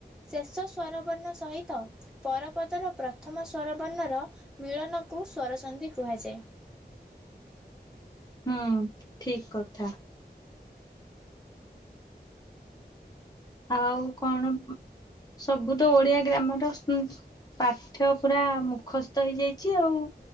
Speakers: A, in the centre; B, on the left.
A: ଶେଷ ସ୍ୱରବର୍ଣ୍ଣ ସହିତ ପରପଦର ପ୍ରଥମ ସ୍ୱରବର୍ଣ୍ଣର ବିଳନକୁ ସ୍ୱରସନ୍ଧି କୁହାଯାଏ।
B: ହୁଁ, ଠିକ୍ କଥା। ଆଉ କଣ ସବୁ ତ ଓଡିଆ ଗ୍ରାମର ପାଠ ପୁରା ମୁଖସ୍ଥ ହେଇଯାଇଛି ଆଉ।